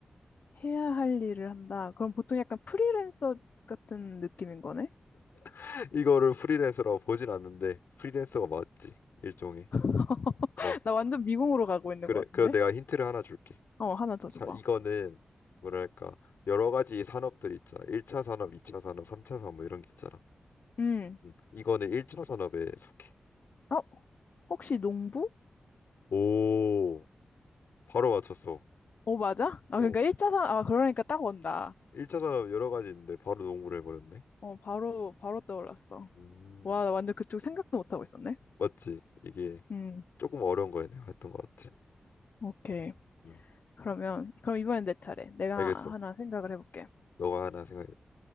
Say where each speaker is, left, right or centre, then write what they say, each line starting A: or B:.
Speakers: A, on the left; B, on the left.
A: 해야 할 일을 한다. 그럼 보통 약간 프리랜서 같은 느낌인 거네?
B: <laughs> 이거를 프리랜서라고 보진 않는데 프리랜서가 맞지. 일종의.
A: <laughs>
B: 어.
A: 나 완전 미궁으로 가고 있는
B: 그래.
A: 것 같은데?
B: 그럼 내가 힌트를 하나 줄게.
A: 어, 하나 더 줘봐.
B: 자, 이거는 뭐랄까 여러 가지 산업들이 있잖아. 1차 산업, 2차 산업, 3차 산업 뭐 이런 게 있잖아.
A: 음.
B: 음, 이거는 1차 산업에 속해.
A: 어, 혹시 농부?
B: 오, 바로 맞췄어.
A: 어, 맞아? 아,
B: 어,
A: 그러니까 일자산, 아, 그러니까 딱 온다.
B: 1차 산업 여러 가지 있는데 바로 농구를 해버렸네.
A: 어, 바로, 바로 떠올랐어.
B: 음,
A: 와, 나 완전 그쪽 생각도 못하고 있었네.
B: 맞지? 이게
A: 음,
B: 조금 어려운 거야 내가 했던 것 같아.
A: 오케이.
B: 음,
A: 그러면, 그럼 이번엔 내 차례. 내가
B: 알겠어.
A: 하나 생각을 해볼게.
B: 너가 하나 생각